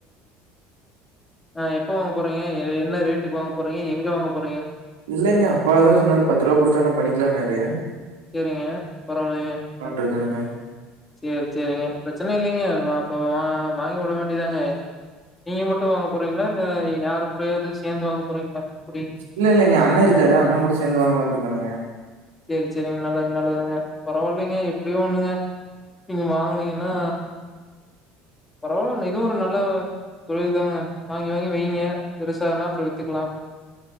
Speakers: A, on the left; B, on the right.
A: ஆ எப் ப்போ வாங்க போறீங்க என்ன ரேட்டுக்கு வாங்க போறீங்க எங்க வாங்க போறீங்க
B: இல்லைங்க அப்பாதான் சொன்னாரு பத்து ரூபா குடுத்தா நான் பண்ணிக்கலனாறு
A: சேரிங்க பரவாயிலங்க ம்
B: இருக்கானுங்க
A: சேரி சேரிங்க பிரச்சனை இல்லிங்க அப்ப வா வாங்கி விட வேண்டியதாங்க நீங்க மட்டும் வாங்க போறீங்களா இல்ல யாரு முடியாது சேந்து வாங்கு கொறைங்களா குடி
B: இல்ல இல்ல இங்க அண்ணன் இருக்காரு அண்ணன் கூட சேந்து வாங்கலான்ட்டு இருக்கனுங்க
A: சேரி சேரிங்க நல்லது நல்லதுங்க பரவாயில்லைங்க எப்பிடியும் ஒண்ணுங்க நீங்க வாங்குனீங்கன்னா பரவாயில்ல இதுவும் ஒரு நல்ல தொழில் தாங்க வாங்கி வாங்கி வையுங்க பெருசானா அப்றோ வித்துக்கலா